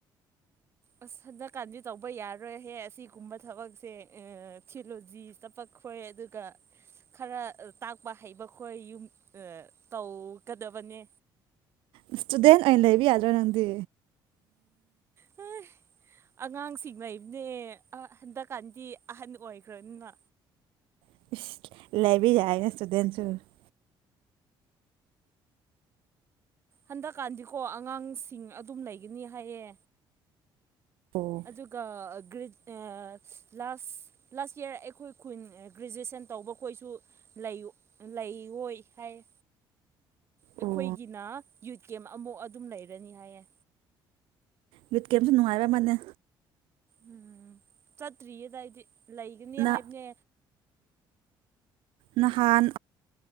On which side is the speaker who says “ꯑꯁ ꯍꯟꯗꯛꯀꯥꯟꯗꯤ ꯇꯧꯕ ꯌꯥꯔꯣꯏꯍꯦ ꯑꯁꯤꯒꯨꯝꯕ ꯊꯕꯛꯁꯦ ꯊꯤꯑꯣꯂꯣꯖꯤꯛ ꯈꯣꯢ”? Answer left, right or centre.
Right